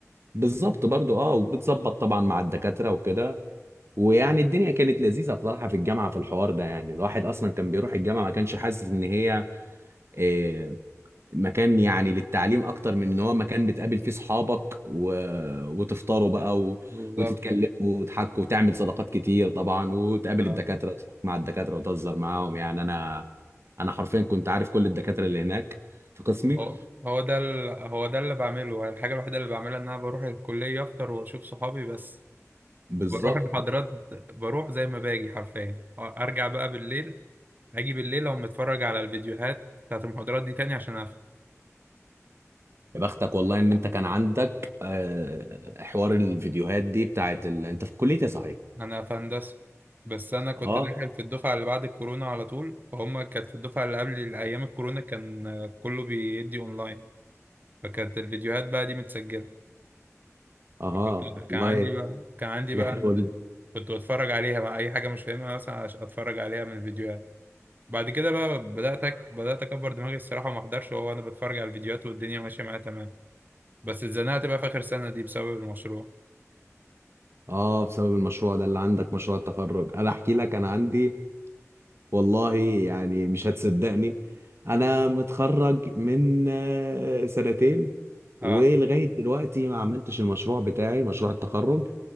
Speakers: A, on the right; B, on the right.
A: بالظبط برضو اه وبتظبط طبعا مع الدكاتره وكده ويعني الدنيا كانت لذيذه بصراحه في الجامعه في الحوار ده يعني الواحد اصلا كان بيروح الجامعه ما كانش حاسس ان هي آه، مكان يعني للتعليم اكتر من ان هو مكان بتقابل فيه صحابك و... وتفطروا بقى و...
B: بالظبط
A: وتتكلموا وتحكوا وتعمل صداقات كتير طبعا وتقابل
B: اه
A: الدكاتره وتحكي مع الدكاتره وتهزر معاهم يعني انا انا حرفيا كنت عارف كل الدكاتره اللي هناك في قسمي
B: هو هو ده ال... هو ده اللي بعمله الحاجة الوحيدة اللي بعملها ان انا بروح الكلية افطر واشوف صحابي بس
A: بالظبط
B: بروح المحاضرات بروح زي ما باجي حرفيا ارجع بقى بالليل اجي بالليل او متفرج على الفيديوهات بتاعت المحاضرات دي تاني عشان
A: يا بختك والله ان انت كان عندك آه، حوار الفيديوهات دي بتاعت ال... انت في كليه إيه صحيح
B: انا في هندسه بس انا كنت
A: اه
B: داخل في الدفعه اللي بعد الكورونا على طول فهم كانت في الدفعه اللي قبل ايام الكورونا كان آه، كله بيدي اونلاين فكانت الفيديوهات بقى دي متسجله
A: اه
B: فكنت كان
A: والله
B: عندي بقى كان عندي
A: حاجه
B: بقى
A: حلوه جدا
B: كنت بتفرج عليها بقى اي حاجه مش فاهمها مثلا أش- اتفرج عليها من الفيديوهات بعد كده بقى بدات أك... بدات اكبر دماغي الصراحه وما احضرش وهو انا بتفرج على الفيديوهات والدنيا ماشيه معايا تمام بس اتزنقت بقى في اخر سنه دي بسبب المشروع
A: اه بسبب المشروع ده اللي عندك مشروع التخرج انا احكي لك انا عندي والله يعني مش هتصدقني انا متخرج من آه، سنتين
B: اه
A: ولغايه دلوقتي ما عملتش المشروع بتاعي مشروع التخرج